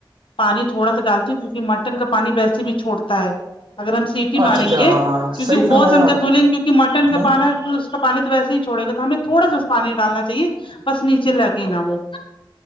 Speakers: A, on the left; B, on the right.
A: پانی تھوڑا سا ڈالتی ہوں کیونک مٹن کا پانی ویسے بھی چھوڑتا ہے اگر ہم سیٹی
B: اچھا
A: ماریں
B: اچھا
A: گے
B: ہاں ہاں
A: کیونک
B: صحیح فرمایا
A: گوش ہم
B: آپ
A: جب دھ لیں گے کیونکہ مٹن کب
B: نے
A: اس کا پانی تو وسے ہی چھوڑے گا تو ہمیں تھوڑا س اس پانی ڈالنا چاہے بس نیچے لے کے ہی نا وہ